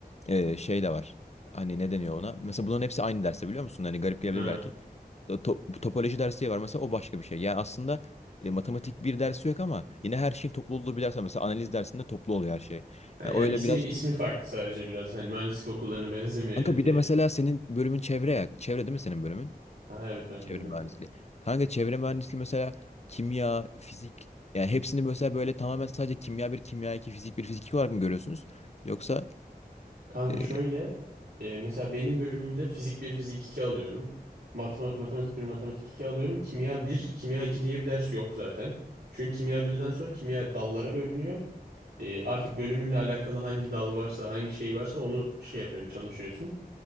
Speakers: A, on the left; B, on the right.
A: e, şey de var. Hani ne deniyor ona? Mesela bunların hepsi aynı derste biliyor musun? Hani garip gelebilir
B: Ha.
A: belki. To- bu topoloji dersi diye var mesela o başka bir şey. Yani aslında e, matematik bir dersi yok ama yine her şeyin toplu olduğu bir ders var. Mesela analiz dersinde toplu oluyor her şey.
B: Ha,
A: Yani
B: yani
A: öyle
B: ismi
A: biraz.
B: ismi farklı sadece biraz hani mühendislik okullarına <laughs> benzemeyelim
A: Kanka bir
B: diye.
A: de mesela senin bölümün çevre ya. Çevre değil mi senin bölümün?
B: Ha evet ben
A: Çevre
B: çevre
A: mühendisliği.
B: okuyorum.
A: Kanka çevre mühendisliği mesela kimya, fizik yani hepsini mesela böyle tamamen sadece kimya bir, kimya iki, fizik bir, fizik iki olarak mı görüyorsunuz? Yoksa
B: Kanka
A: e,
B: şöyle e, mesela benim bölümümde fizik bir fizik 2 alıyorum. Matema- matematik bir matematik 2 alıyorum. Kimya bir kimya 2 diye bir ders yok zaten. Çünkü kimya birden sonra kimya dallara bölünüyor. E, artık bölümünle alakalı hangi dal varsa hangi şey varsa onu şey yapıyorsun çalışıyorsun.